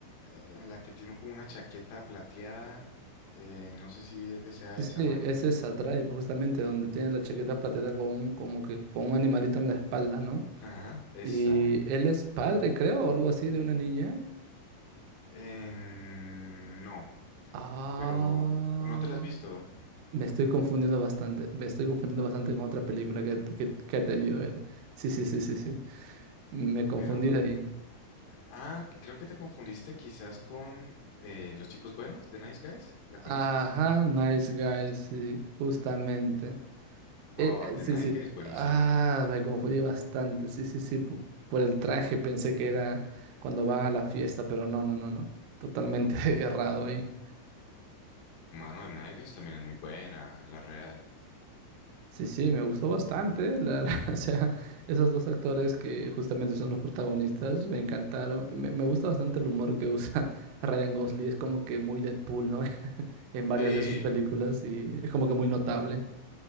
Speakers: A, on the left; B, on the right.
A: eh, en la que tiene como una chaqueta plateada. eh, no sé si sea
B: Sí,
A: esa
B: sí,
A: mano.
B: es esa Drive, justamente donde tiene la chaqueta plateada con un- como que con un animalito en la espalda, ¿no?
A: Ajá, esa.
B: Y él es padre, creo, o algo así de una niña.
A: Em, no,
B: Ah,
A: pero no te la has visto.
B: me estoy confundiendo bastante. Me estoy confundiendo bastante con otra película que, que que ha tenido él. Sí, sí, sí, sí, sí. Me confundí
A: Pero,
B: de ahí.
A: ah, creo que te confundiste quizás con eh, Los Chicos Buenos de Nice Guys. ¿La
B: Ajá,
A: conoces?
B: Nice Guys, sí, justamente.
A: Bah,
B: Eh, eh,
A: The
B: sí,
A: Nice
B: sí.
A: Guys es buenísima.
B: Ah, me confundí bastante. Sí, sí, sí. pu- Por el traje pensé que era cuando van a la fiesta, pero no, no, no, no. Totalmente <laughs> errado ahí.
A: Pero Mano The Nice Guys también es muy buena, la real.
B: Sí, sí, me gustó bastante. la- la- <laughs> o sea, esos dos actores que justamente son los protagonistas me encantaron. Me, me gusta bastante el humor que usa <laughs> Ryan Gosling. Es como que muy Deadpool, ¿no? <laughs> En varias
A: Sí,
B: de sus películas y es como que muy notable.